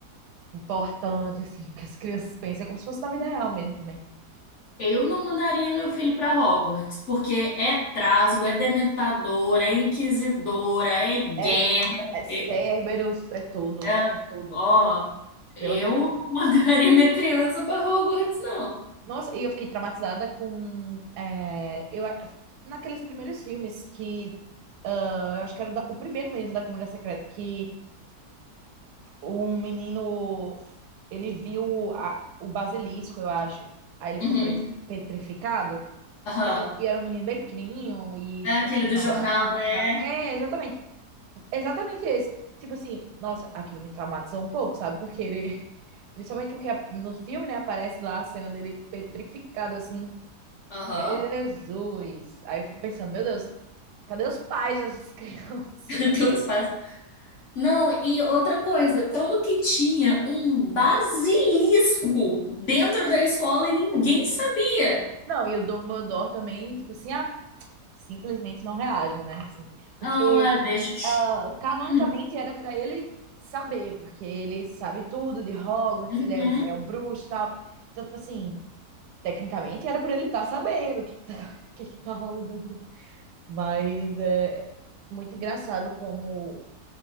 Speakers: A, on the right; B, on the left.
A: importante assim, que as crianças pensam. É como se fosse na vida real mesmo também.
B: Eu não mandaria meu filho para Hogwarts, porque é trasgo, é dementador, é inquisidora, é guerra.
A: É, é Cerberus,
B: É,
A: é tudo,
B: é-
A: é tudo.
B: ó, eu
A: Pelo amor de Deus.
B: não <laughs> mandaria minha criança para Hogwarts, não.
A: Nossa, e eu fiquei traumatizada com. é, eu, naqueles primeiros filmes que. ah, eu acho que era o, da- o primeiro mesmo da Câmara Secreta, que um menino. Ele viu a- o basilisco, eu acho. Aí ele ficou
B: Uhum.
A: pre- petrificado.
B: Aham.
A: E era, e era um menino bem pequenininho e,
B: É
A: tipo
B: aquele
A: assim,
B: do
A: novato
B: jornal, né?
A: e tal. É, exatamente. Exatamente esse. Tipo assim, nossa, aquilo me traumatizou um pouco, sabe? Porque ele, <laughs> principalmente porque a- no filme, né, aparece lá a cena dele petrificado, assim.
B: Aham.
A: Jesus! Aí eu fico pensando, meu Deus, cadê os pais dessas <laughs> crianças,
B: <laughs> Cadê
A: velho?
B: os pais? Não, e outra coisa, como que tinha um basilisco dentro da escola e ninguém sabia?
A: Não, e o Dumbledore também, tipo assim, ah, simplesmente não reage, né? Assim, porque
B: Não, é, deixa.
A: ah, canonicamente
B: eu-
A: era pra ele saber, porque ele sabe tudo de Hogwarts,
B: <laughs> Uhum.
A: ele é o maior bruxo e tal. Então, tipo assim, tecnicamente era pra ele estar sabendo o que que tá, <laughs> o que que tá rolando. Mas é muito engraçado como,